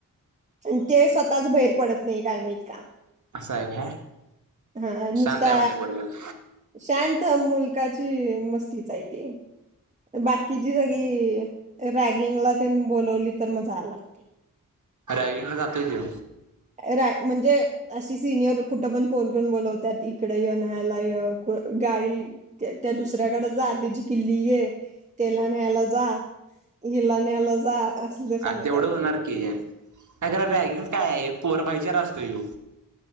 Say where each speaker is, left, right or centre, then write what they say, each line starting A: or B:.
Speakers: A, on the right (about 20°); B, on the right (about 60°).
A: आणि ते स्वतःच बाहेर पडत नाही. गरमत का
B: असं आहे ह
A: हा नुसता
B: शांत आहे म्हणजे पोरगं
A: शांत मुलकाची मस्तीचयती बाकीची सगळी..... रॅगिंगला त्यां बोलवली तर मजायला लागते
B: रागला साततीऊ
A: राय म्हणजे अशी सिनियर कुठं पण फोन करून बोलावत इकडे य न्यायला य गाडी त्या दुसऱ्याकडे जा तिची किल्ली आहे त्याला न्यायला जा हिला न्यायला जा असलं सांगत्यात
B: हा तेवढं होणार की अरा रॅगिंग काय आहे फोअर बायचेर अससतयो